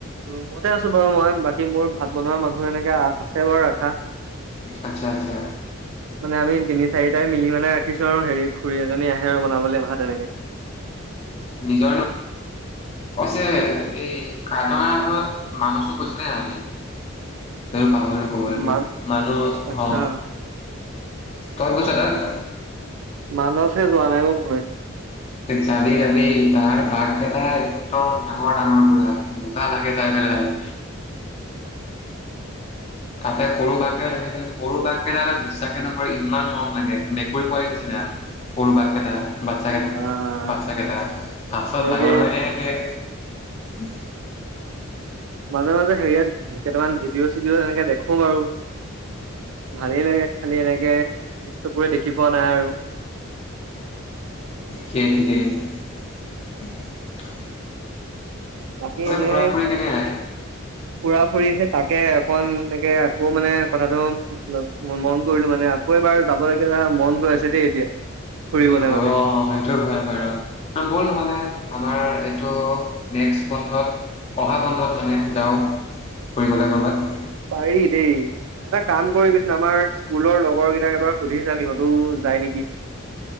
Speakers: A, on the right; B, on the left.
A: ৰুমতে আছো বাৰু মই। বাকী মোৰ ভাত বনোৱা মানুহ এনেকে আছে বাৰু ৰাখা।
B: আচ্ছা, আচ্ছা।
A: মানে আমি তিনি, চাৰিটাই মিলি মানে ৰাখিছো আৰু হেৰি খুৰী এজনী আহে আৰু বনাবলৈ আহে ভাত এনেকে।
B: নিজৰ অছে এই <inaudible> আগত মানুছটো কৈছিলে আজি হেইটো পাহৰি
A: মান
B: <inaudible> মানস
A: আচ্ছা
B: হ' কৰ্কচাদ
A: মানসে যোৱা নাই <unintelligible>
B: যাবি যাবি তাৰ বাঘ কেইটা একদম ডাঙৰ, ডাঙৰ পুৰা মজা লাগে চাই পেলাই। তাতে সৰু বাঘকেইটা দেখিছিল সৰু বাঘকেইটা তাত বিশ্বাসে নকৰি ইমান মৰম লাগে মেকুৰী পোৱালীৰ নিচিনা। সৰু বাঘকেইটা বাচ্ছাক কেই
A: আহ
B: বাচ্ছাকেইটা বাছত
A: এনেকে
B: ডাঙৰ হয় থাকিলে উম।
A: মাজে মাজে হেৰিয়াত কেইটামান ভিডিঅ' চিডি' এনেকে দেখো বাৰু ভালেই লাগে খালি এনেকে ল চকুৰে দেখি পোৱা নাই আৰু।
B: খিকেট্ৰ <inaudible>
A: বাকী এনে
B: ফুৰা ফুৰি কেনে হয়
A: ফুৰা ফুৰিছে তাকে অকন এনেকে আকৌ মানে কথাটো মন কৰিলো মানে আকৌ এবাৰ যাব লগগীয়া মন গৈ আছে দেই এতিয়া। ফুৰিবলে
B: অ',
A: মানে
B: সেইটো হয় বাৰু ব'ল হ'লে আমাৰ এইটো নেক্সট বন্ধত অহা বন্ধত মানে যাওঁ ফুৰিবলৈ ক'ৰবাত।
A: পাৰি দেই। কাম কৰিবিচো আমাৰ কুলৰ লগৰ কেইটাক এবাৰ সুধিচাং সিহঁতো ও ও যায় নেকি?